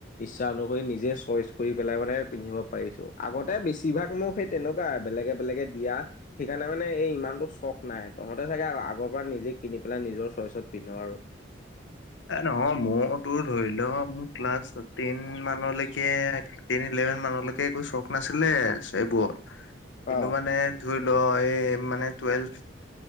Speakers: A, on the left; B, on the left.
A: ইচ্ছা অনুসৰি নিজে চইচ কৰি পেলাই মানে পিন্ধিব পাৰিছো, আগতে বেছিভাগ মোক সেই তেনেকুৱাই বেলেগে বেলেগে দিয়া সেইকাৰণে মানে এই ইমানটো চখ নাই তহঁতে চাগে আগৰ পৰাই নিজে কিনি পেলাই নিজৰ চইচত পিন্ধ আৰু।
B: <unintelligible> এ, নহয়। মইয়োতো ধৰি ল', মোৰ ক্লাছ টেন মানলৈকে টেন-ইলেভেন মানলৈকে, একো চখ নাছিলে, এইবোৰত। কিন্তু
A: অ
B: মানে, ধুৰি ল, এই মানে, টুৱেলভ